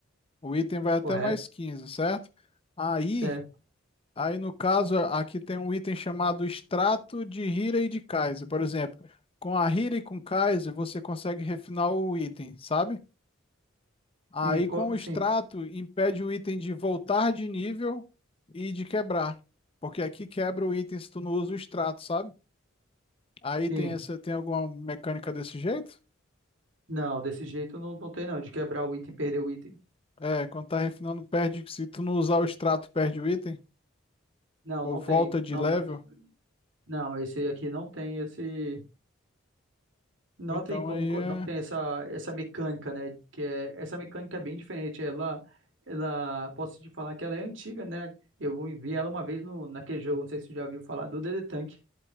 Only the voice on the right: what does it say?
Correto?
Certo.
Sim, co-
sim,
sim.
Não, desse jeito não, não tem, não. De quebrar o item, perder o item.
Não,
não
tem.
Não
tá aqui. Não, esse aqui não tem esse. Notem
como
co-
não tem essa, essa mecânica, né? Que é, essa mecânica é bem diferente. Ela, ela, posso te falar que ela é antiga, né? Eu vi ela uma vez no, naquele jogo, não sei se você já viu falar, do DD Tank.